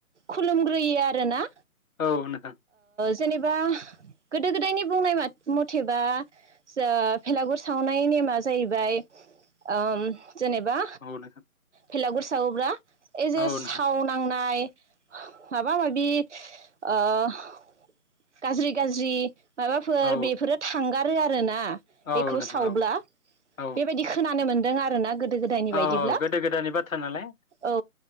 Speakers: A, on the right; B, on the left.
A: खुलुमग्रोयो आरो ना
B: औ नोंथां
A: जेनेबा गोदो गोदायनि बुंनाय मात मथेबा सोह भेलागुर सावनाय नेमा जाहैबाय ओम जेनेबा
B: औ नोंथां
A: भेलागुर सावोब्ला एजे
B: औ
A: साव
B: नोंथां
A: नांनाय माबा माबि ओह गाज्रि गाज्रि माबाफोर
B: औ
A: बेफोरो थांगा रो आरो ना। बेखौ
B: औ नोंथां
A: सावब्ला
B: औ औ
A: बेबायदि खोनानो मोन दों आरोना गोद गोदो गोदायनि बायदिब्ला
B: औ गोदो गोदायनि बाथ्रा नालाय
A: औ